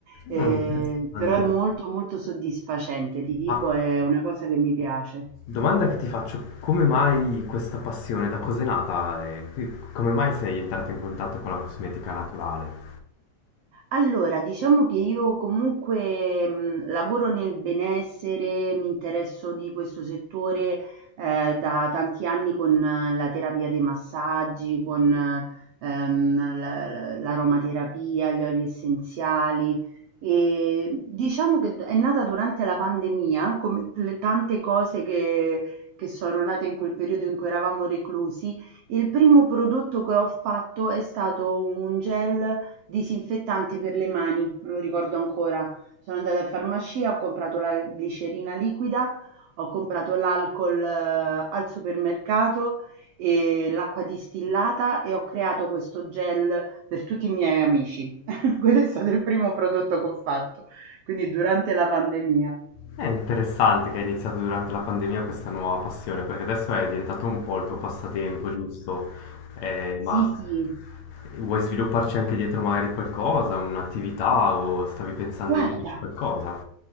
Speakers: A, on the right (about 85°); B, on the left (about 70°).
A: Ehm,
B: Oh, interessante.
A: però è molto, molto soddisfacente, ti dico,
B: Ma
A: è una cosa che mi piace.
B: domanda che ti faccio, come mai questa passione, da cos'è nata e come mai sei entrato in contatto con la cosmetica naturale?
A: Allora, diciamo che io comunque mh, lavoro nel benessere, mi interesso di questo settore eh, da tanti anni con eh, la terapia dei massaggi, con eh, ehm, la- l'aromaterapia, gli oli essenziali. E diciamo che è nata durante la pandemia, come le tante cose che, che sono nate in quel periodo in cui eravamo reclusi. Il primo prodotto che ho fatto è stato un gel disinfettante per le mani me lo ricordo ancora sono andata in farmacia ho comprato la glicerina liquida ho comprato l'alcol eh, al supermercato e l'acqua distillata e ho creato questo gel per tutti i miei amici. <laughs> Quello è stato il primo prodotto che ho fatto, quindi durante la pandemia.
B: È interessante che hai iniziato durante la pandemia questa nuova passione, perché adesso è diventato un po' il tuo passatempo, giusto? Eh,
A: Sì,
B: ma
A: sì,
B: vuoi svilupparci anche dietro magari qualcosa, un'attività o stavi pensando
A: guarda.
B: di farci qualcosa?